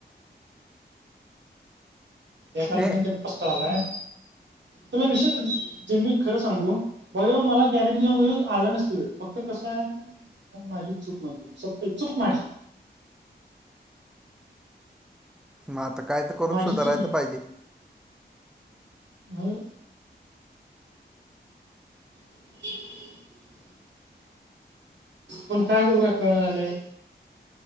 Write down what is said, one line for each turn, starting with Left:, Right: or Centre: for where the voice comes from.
Right: एकांला
Centre: हे
Right: दोन पस्तांवा आलांय तुम्हीं विसरलं कसं सांगू होयं ओ मलां गॅरंटी संग आंला नसतं व फक्तं कसं आहे माझी चूंक मांफ केली संपत चूंक मांफ केली
Centre: मंग आंता कायं तरं करूंन
Right: माझी
Centre: सुधारायचं
Right: चूक
Centre: पाहिजे
Right: हं हम्मं पणं कायं करूं कायं कळंना झाले आहे